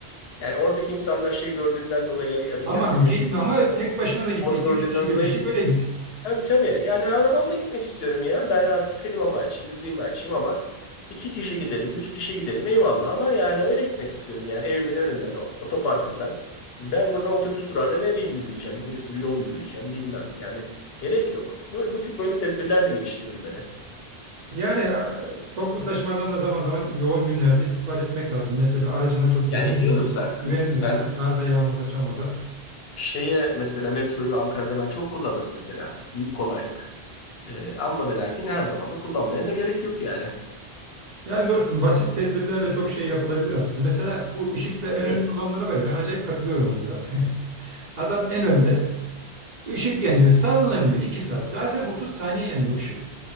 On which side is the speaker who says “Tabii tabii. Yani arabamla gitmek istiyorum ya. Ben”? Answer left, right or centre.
Left